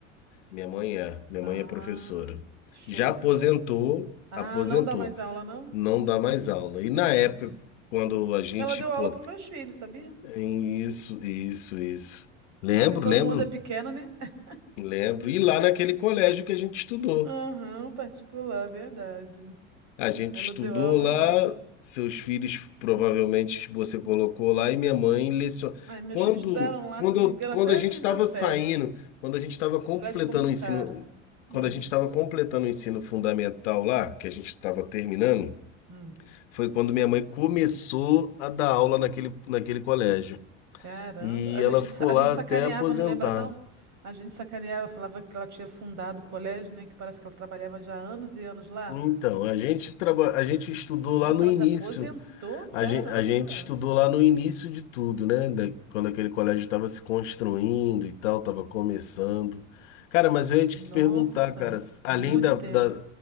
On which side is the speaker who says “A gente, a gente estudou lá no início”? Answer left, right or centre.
Left